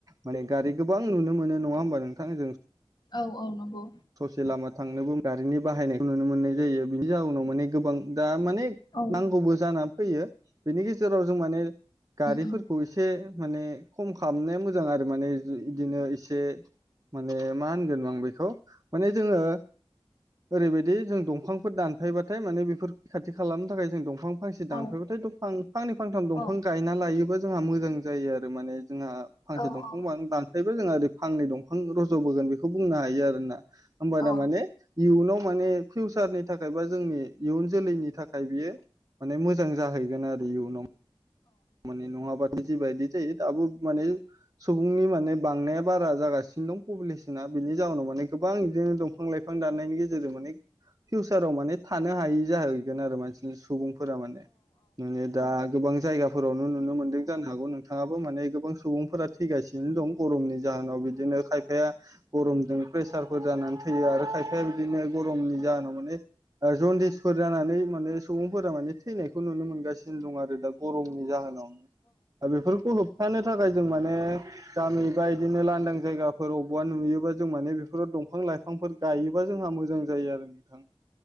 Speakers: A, on the right (about 35°); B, on the left (about 45°).
A: माने गारि गोबां नुनो मोनो नङा होमबा नोंथां जों
B: औ औ नंगौ
A: ससे लामा थांनोबो गारिनि बाहायनायखौ नुनो मोननाय जायो बिनि जाउनाव माने गोबां दा माने
B: औ उम
A: नांगौबो जानानै फैयो बेनि गेजेराव जों माने गारिफोरखौ
B: उम
A: एसे माने खम खालामनाया मोजां आरो माने दि इदिनो एसे माने मा होनगोन आं बेखौ माने जोङो ओरैबायदि जों दंफांफोर दानफायबाथाय माने बेफोर खाथि खालामनो थाखाय जों दंफां फांसे दानफायबाथाय
B: औ
A: दंफां फांनै फांथाम दंफां
B: औ
A: गायना लायोबा जोंहा मोजां जायो आरो माने जोंहा फांसे
B: औ
A: दंफां
B: औ
A: दानफायबा जोंहा ओरै फांनै दंफां रज'बोगोन बेखौ बुंनो हायो आरोना। होमबा
B: नंगौ औ
A: दा माने इउनाव माने फिउसारनि थाखाय बा जोंनि इयुन जोलैनि थाखाय बियो माने मोजां जाहैगोन आरो इयुनाव माने नङाब्ला जिबायदि जायो दाबो माने सुबुंनि माने बांनाया बारा जागासिनो दं पपुलेस ना बिनि जाउनाव माने गोबां बिदिनो दं। बिफां-लाइफां दाननायनि गेजेरजों माने फिउसाराव माने थानो हायि जाहैगोन आरो मानसि सुबुं फोरा मानेे दा गोबां जायगाफोरावनो नुनो मोनदों जानो हागौ नोंथाङाबो माने नै गोबां सुबुंफोरा थैगासिनो दं गरमनि जाहोनाव बि दिनो खायफाया गरमजों प्रेसारफोर जानानै थैयो आरो खायफाया बिदिनो गरमनि जाहोनाव माने जन्दिसफोर जानानै माने सुबुंफोरा माने थैनायखौ नुनो मोनगासिनो दं आरो दा गरम नि जाहोनावनो बेफोरखौ होब थानो थाखाय जों माने गामि बा बिदिनो लांदां जायगाफोर अबेबा नुयोबा जों माने बेफोराव दंफां-लाइफांफोर गायोबा जोंहा मोजां जायो आरो नोंथां।